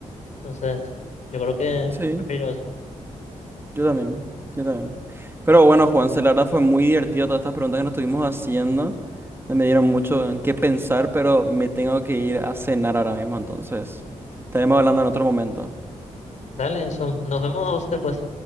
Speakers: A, on the left; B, on the right.
A: Entonces, yo creo que
B: Sí,
A: prefiero eso.
B: yo también, yo también. Pero bueno, Juanse, la verdad fue muy divertido todas estas preguntas que nos estuvimos haciendo. No Me dieron mucho en qué pensar, pero me tengo que ir a cenar ahora mismo, entonces estaremos hablando en otro momento.
A: Dale, Enzo, nos vemos después.